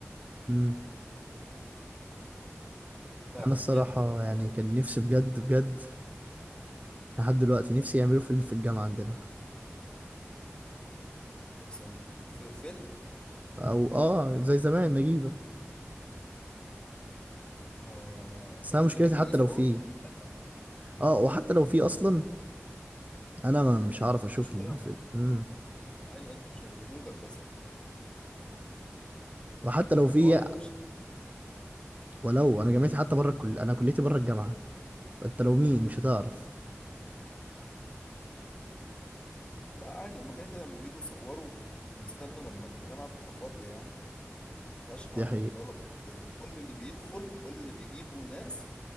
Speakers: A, on the right; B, on the left.
A: امم
B: لا
A: انا
B: كان
A: الصراحه
B: جامد الفيلم
A: يعني
B: ده
A: كان نفسي بجد بجد لحد دلوقتي نفسي يعملوا فيلم في الجامعه عندنا
B: نفسي أعمل- في فيلم
A: او اه زي زمان نجيبه
B: اه انت
A: بس
B: عايزهم
A: انا مشكلتي
B: يعملوا
A: حتى
B: يصوروا
A: لو في
B: في الافلام يعني
A: اه وحتى لو في اصلا انا ما مش هعرف اشوف
B: مش هتعرف
A: الفيلم امم
B: ايوه انت مش هيقولوا لك اصلا
A: وحتى
B: انت
A: لو
B: كطالب
A: في
B: مش هت...
A: ولو انا جامعتي حتى بره الكل انا كليتي بره الجامعه فانت لو مين مش هتعرف
B: لا عادي هم كده كده لما بييجوا يصوروا بيستنوا لما الجامعه بتبقى فاضيه يعني ما فيهاش حد
A: دي حقيقه
B: من الطلبه لأن كل اللي بيدخل كل اللي بيجيبوا ناس